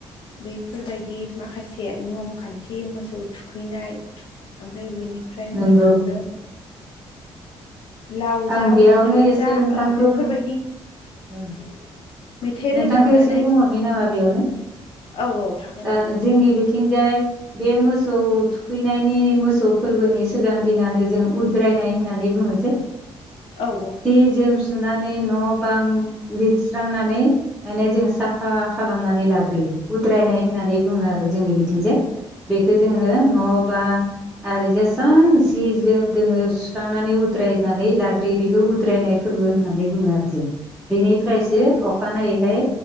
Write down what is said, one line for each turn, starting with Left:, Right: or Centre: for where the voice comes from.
Left: बैफोरबायदि माखासे नियम खान थि मोसौ थुखैनाय ओमफ्राय बेनिफ्राय
Centre: नंगौ
Left: मोसौनो लाव
Centre: आं
Left: जा
Centre: बेयावनो
Left: फान्थाव
Centre: एसे
Left: जा
Centre: नोंथांखौ
Left: ओ बेफोरबायदि
Centre: बुं औ
Left: <inaudible>
Centre: नोंथांखौ
Left: रोजाबनानै
Centre: एसे बुंहरनि नामा बेयावनो
Left: औ औ हागोन
Centre: दा
Left: दे
Centre: ओ जोंनि बि थिंजाय बे मोसौ थुखैनाय नि मोसौ फोरबोनि सिगां दिनानो जों उद्रायनाय होननानै बुङो जे
Left: औ
Centre: सि जोम सुनानै न' बां लिरस्रांनानै माने जोङो साफा खालामनानै लाग्रोयो उद्रायनाय होननानै बुङो आरो जोंनि बिथिं जे बेखौ जोङो न' बां आरो जेसां जि जोम दोङो सुस्रांनानै उद्रायनानै लाग्रोयो बेखौ उद्रायनाय फोरबो होननानै बुङो आरो जों बेनिफ्रायसो अखानायैहाय